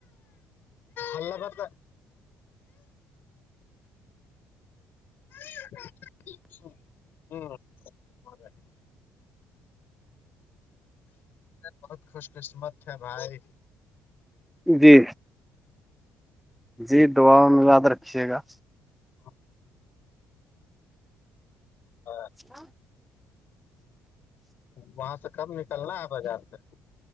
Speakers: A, on the left; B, in the centre.
A: اللہ کرتا ہاں بہت خوش قسمت ہے بھائی
B: جی جی دعاؤں میں یاد رکھیے گا
A: ہاں ہاں
B: ہاں
A: وہاں سے کب نکلنا ہے بازار سے